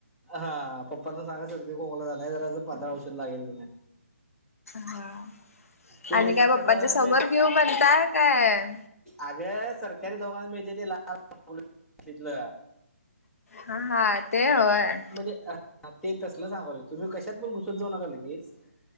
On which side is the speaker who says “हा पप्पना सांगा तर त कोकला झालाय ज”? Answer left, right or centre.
Centre